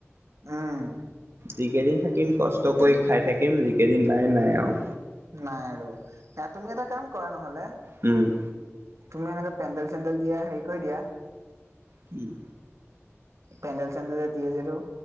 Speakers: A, on the right (about 85°); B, on the right (about 55°).
A: উম
B: যিকেইদিন থাকিম কষ্ট কৰি খাই থাকিম যিকেইদিন নাই নাই আৰু
A: নাই আৰু এ তুমি এটা কাম কৰা নহলে
B: উম,
A: তুমি এনেকে পেণ্ডেল চেণ্ডেল দিয়া হেৰি কৰি দিয়া
B: কি <inaudible>
A: পেণ্ডেল চেণ্ডেল দিয়ে যিটো